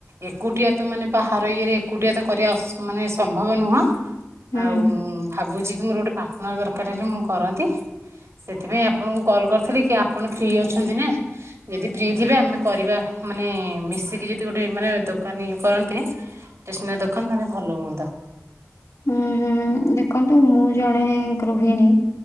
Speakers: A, on the right; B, on the left.
A: ଏକୁଟିଆ ତ ମାନେ ବାହାର ଇଏରେ ଏକୁଟିଆ ତ କରିବା ମାନେ ସମ୍ଭବ ନୁହଁ,
B: ହୁଁ
A: ଆଉ ଭାବୁଛି କି ମୋର ଗୋଟେ ପାର୍ଟନର ଦରକାର ହେଲେ ମୁଁ କରନ୍ତି। ସେଥିପାଇଁ ଆପଣଙ୍କୁ କଲ୍ କରିଥିଲି କି ଆପଣ ଫ୍ରି ଅଛନ୍ତି ନା? ଯଦି ଫ୍ରି ଥିବେ ଆମେ କରିବା ମାନେ ମିଶିକି ଯଦି ଗୋଟେ ମାନେ ଦୋକାନ ଇଏ କରନ୍ତେ ଷ୍ଟେସନାରୀ ଦୋକାନ ତାନେ ଭଲ ହୁଅନ୍ତା।
B: ହୁଁ ହୁଁ ଦେଖନ୍ତୁ ମୁଁ ଜଣେ ଗୃହିଣୀ